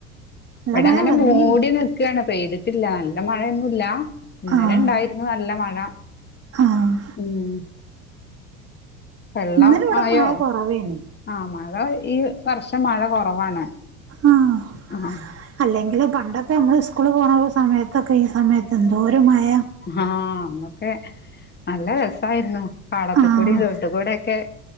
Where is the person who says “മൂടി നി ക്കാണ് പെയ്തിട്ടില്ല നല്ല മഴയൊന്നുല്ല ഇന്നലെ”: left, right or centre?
Left